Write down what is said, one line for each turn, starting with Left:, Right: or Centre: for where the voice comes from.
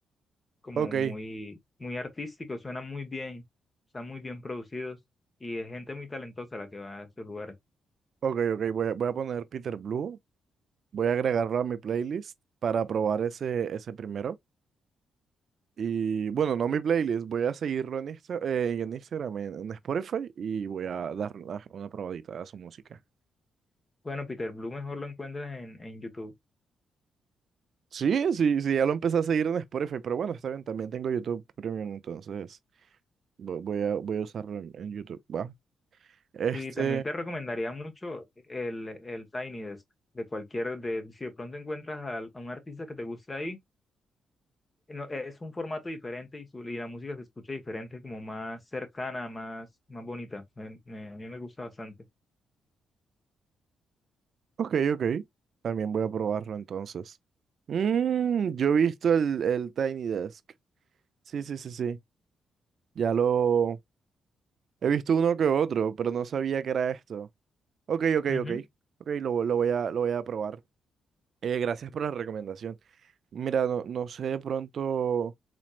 Left: como
Right: Ok,
Left: muy, muy artísticos, suenan muy bien, están muy bien producidos y es gente muy talentosa la que va a esos lugares.
Right: ok, ok, voy a, voy a poner Peter Blue, voy a agregarlo a mi playlist para probar ese, ese primero. Y bueno, no mi playlist, voy a seguirlo en, Insta- eh, en Instagram, en, en Spotify y voy a dar una, una probadita a su música.
Left: Bueno, Peter Blue mejor lo encuentras en, en YouTube.
Right: Sí, sí, sí, ya lo empecé a seguir en Spotify, pero bueno, está bien, también tengo YouTube Premium, entonces. Vo- Voy a, voy a usarlo en, en YouTube, ¿va? Este,
Left: Y también te recomendaría mucho el, el Tiny Desk de cualquier, de, si de pronto encuentras al- a, un artista que te guste ahí, no, es un formato diferente y, su, y la música se escucha diferente, como más cercana, más, más bonita. Me- me- a mí me gusta bastante.
Right: ok, ok. También voy a probarlo entonces. Mm, yo he visto el, el Tiny Desk. Sí, sí, sí, sí. Ya lo he visto uno que otro, pero no sabía que era esto. Ok, ok,
Left: Ujú.
Right: ok. Ok, lo, lo voy a, lo voy a probar. Eh, gracias por la recomendación. Mira, no, no sé de pronto